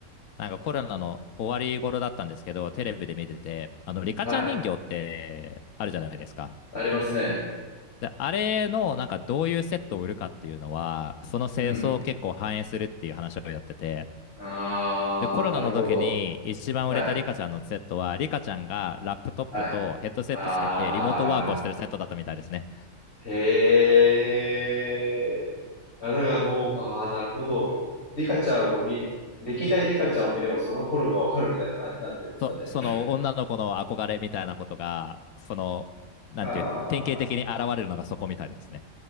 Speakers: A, on the left; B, on the left.
A: なんかコロナの終わり頃だったんですけど、テレビで見てて、あの、リカちゃん人形ってあるじゃないですか。
B: はい。ありますね。
A: で、あれのなんかどういうセットを売るかっていうのは、その清掃を結構反映するっていう話をやってて、
B: うん。ああ、
A: で、コロナの時に一番売れたリカちゃんのセットは、
B: なるほど。はい。
A: リカちゃんがラップトップとヘッドセットつけてリモートワークをしてるセットだったみたいですね。
B: はい。あー、へえ。あ、だからもう、ああ、なるほど。リカちゃんを見、歴代リカちゃんを見ればその頃がわかるみたいな感じになってるんですかね。
A: そ、その女の子の憧れみたいなことが、その、なんていう、
B: は
A: 典型的に現れるのがそこみたいですね。
B: あ、